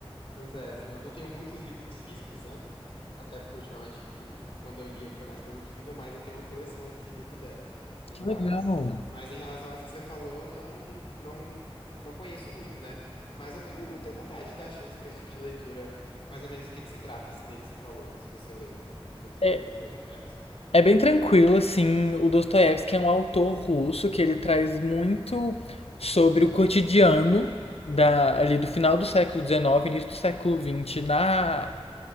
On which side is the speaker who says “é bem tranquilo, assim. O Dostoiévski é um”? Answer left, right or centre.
Left